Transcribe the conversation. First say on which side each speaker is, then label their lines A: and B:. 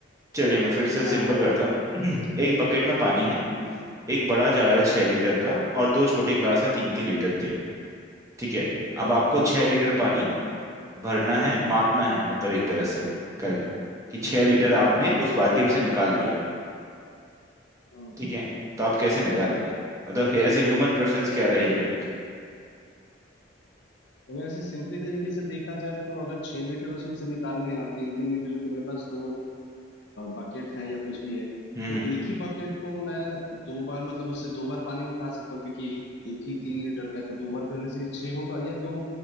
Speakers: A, on the right; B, on the left.
A: चलिए मैं फिर
B: कुछ
A: से सिंपल
B: खा है
A: करता हूँ <clears throat> एक बकेट में पानी है
B: हम्म
A: एक बड़ा जार है छह
B: हम्म
A: लीटर का और दो छोटे गिलास हैं तीन तीन
B: हम्म।
A: लीटर के ठीक है अब
B: हम्म
A: आपको छह लीटर पानी भरना है मापना है मतलब एक तरह से कर कि छह
B: हम्म हम्म,
A: लीटर
B: हम्म,
A: आपने उस बाल्टी में से निकाल लिया
B: हम्म।
A: ठीक है तो आप कैसे निकालेंगे मतलब एज ए ह्यूमन प्रेफरेंस क्या रहेगी आपकी
B: अगर इसे सिंपली तरीके से देखा जाए तो अगर छह लीटर उसमें से निकालने हैं और तीन तीन लीटर के मेरे पास दो बकेट है या कुछ भी है
A: हम्म
B: तो एक ही बकेट को मैं दो बार मतलब उससे दो बार पानी उठा सकता हूँ क्योंकि एक ही तीन लीटर का है तो दो बार करने से भी छह होगा या दो